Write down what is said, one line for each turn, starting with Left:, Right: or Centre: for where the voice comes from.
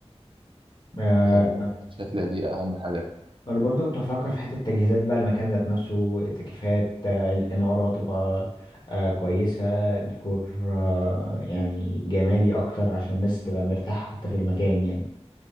Left: امم
Right: آه، انا شايف ان دي اهم حاجة
Left: انا برضو كنت بفكر في حته التجهيزات بقى المكان ذات نفسه التكييفات آه، الاناره تبقى آه، كويسه ديكور آه، يعني جمالي اكتر عشان الناس تبقى مرتاحه حتى في المكان يعني